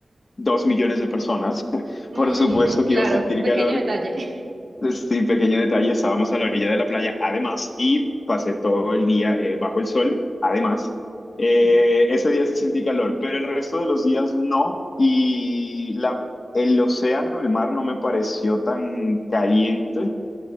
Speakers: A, on the left (about 50°); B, on the right (about 55°).
A: dos millones de personas. <laughs>
B: Mm,
A: Por supuesto
B: <laughs> claro,
A: que iba a sentir
B: un pequeño
A: calor
B: detalle. <laughs>
A: Pues Sí, pequeño detalle, estábamos a la orilla de la playa, además, y pasé todo el día eh, bajo el sol, además. Eh,
B: Ujú.
A: ese día sí sentí calor, pero el resto de los días no, y la, el océano, el mar, no me pareció tan caliente,